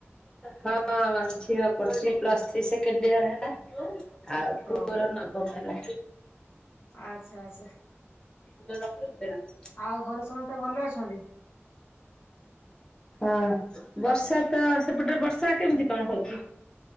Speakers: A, on the left; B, on the left.
A: ହଁ ଝିଅ <unintelligible> ଥ୍ରୀ ସେକେଣ୍ଡ ଇୟର ହେଲା। ଆଉ ପୁଅ
B: ହଉ।
A: ନବଘନ।
B: ଆଚ୍ଛା ଆଚ୍ଛା
A: <unintelligible> <unintelligible>
B: ଆଉ ଘରେ ସମସ୍ତେ ଭଲ ଅଛନ୍ତି?
A: ହଁ ବର୍ଷା ତ ସେପଟରେ ବର୍ଷା କେମିତି କଣ ହୋଉଛି?